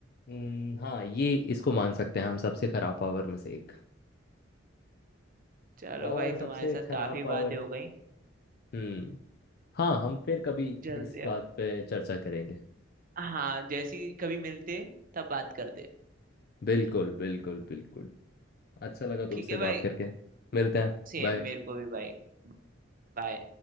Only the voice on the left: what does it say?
हम्म, हाँ ये इसको मान सकते हैं हम सबसे खराब पावर में से एक
और
सबसे
खराब
पावर
हम्म हाँ हम फिर कभी
इस बात
पे चर्चा करेंगे
बिल्कुल बिल्कुल बिल्कुल अच्छा लगा तुमसे
बात करके मिलते हैं
बाय